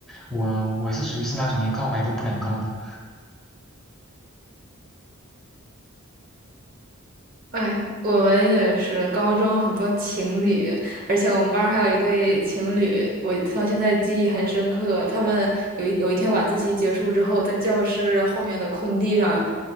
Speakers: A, in the centre; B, on the right.
A: 我我是属于是那种连告白都不敢告的。
B: 哎，我们也是高中很多情侣，而且我们班儿还有一对情侣，
A: 嗯，
B: 我到现在记忆很深刻。他们有一有一天晚自习结束之后，在教室后面的空地上